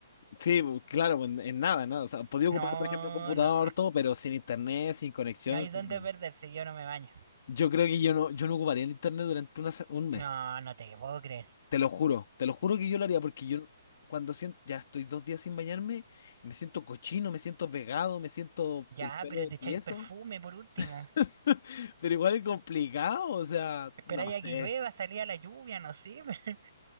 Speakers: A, on the left; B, on the right.
A: Sí, bu- claro, en, en nada, en nada. O sea, podía
B: No,
A: ocupar, por ejemplo, el computador,
B: no.
A: todo, pero sin internet, sin conexión.
B: No hay
A: sin-
B: dónde perderse, yo no me baño.
A: Yo creo que yo no, yo no ocuparía el internet durante una se- un
B: No,
A: mes.
B: no te puedo creer.
A: Te lo juro, te lo juro que yo lo haría porque yo cuando siento, ya estoy dos días sin bañarme, me siento cochino, me siento pegado, me siento
B: Ya,
A: el pelo
B: pero te echáis
A: tieso,
B: perfume por último.
A: <laughs> pero igual es complicado, o sea,
B: Esperáis
A: no sé.
B: a que llueva, salía a la lluvia, no sé. <laughs>